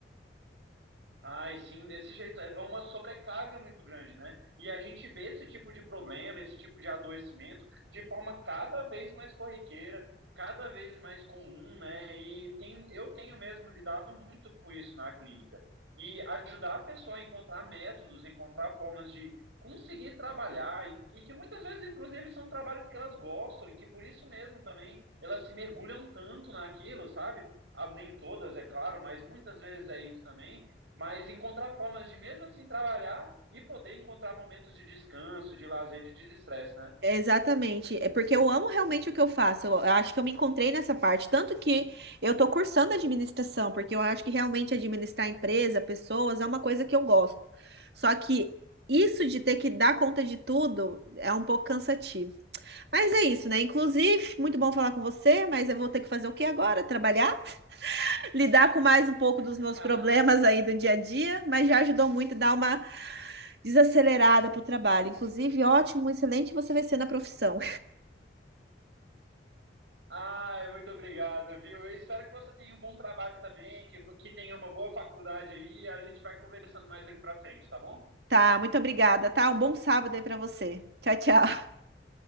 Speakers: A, on the right; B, on the right.
A: Ai, sim, desse jeito. É uma sobrecarga muito grande, né? E a gente vê esse tipo de problema, esse tipo de adoecimento, de forma cada vez mais corriqueira, cada vez mais comum, né? E tem, eu tenho mesmo lidado muito com isso na clínica. E ajudar a pessoa a encontrar métodos, encontrar formas de conseguir trabalhar, e, e que muitas vezes, inclusive, são trabalhos que elas gostam, e que por isso mesmo também elas se mergulham tanto naquilo, sabe? Ah, Nem todas, é claro, mas muitas vezes é isso também mas encontrar formas de mesmo assim trabalhar e poder encontrar momentos de descanso, de lazer, de desestresse, né?
B: Exatamente, é porque eu amo realmente o que eu faço. Eu eu acho que eu me encontrei nessa parte, tanto que eu tô cursando administração, porque eu acho que realmente administrar empresa, pessoas, é uma coisa que eu gosto. Só que isso de ter que dar conta de tudo é um pouco cansativo. Mas é isso, né? Inclusive, muito bom falar com você, mas eu vou ter que fazer o que agora? Trabalhar, <laughs> lidar com mais um pouco dos
A: <laughs>
B: meus problemas aí do dia a dia, mas já ajudou muito a dar uma desacelerada pro trabalho. Inclusive, ótimo, excelente você vai ser na profissão.
A: Ai, muito obrigado, viu? Eu espero que você tenha um bom trabalho também, que, que tenha uma boa faculdade aí. A gente vai conversando mais daqui para frente, tá bom?
B: Tá, muito obrigada, tá? Um bom sábado aí pra você. Tchau, tchau.